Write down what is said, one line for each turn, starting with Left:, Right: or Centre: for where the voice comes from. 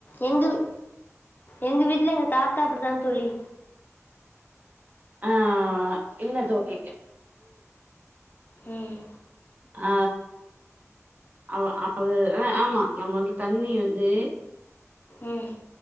Left: எங்கு வீ எங்கு வீட்ல எங்க தாத்தா அப்புடிதா தோழி
Right: அ அ அ இல்ல தோழி <inaudible>
Left: ம்
Right: அ அவ அது அ ஆமா நம்ம வந்து தண்ணி வந்து
Left: ம்